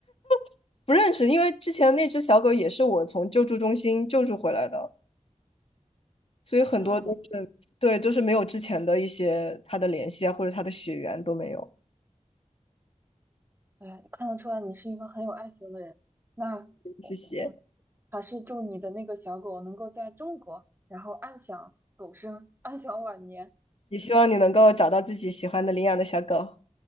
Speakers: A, on the left; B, on the right.
A: <laughs> 不认识，因为之前那只小狗也是我从救助中心救助回来的，所以很多都是对，
B: 这样子，
A: 就是没有之前的一些它的联系啊，或者它的血缘都没有。
B: 哎，看得出来你是一个很有爱心的人。那我们
A: 谢谢，
B: 还是祝你的那个小狗能够在中国，然后安享狗生，安享晚年。
A: 也希望你能够找到自己喜欢的领养的小狗，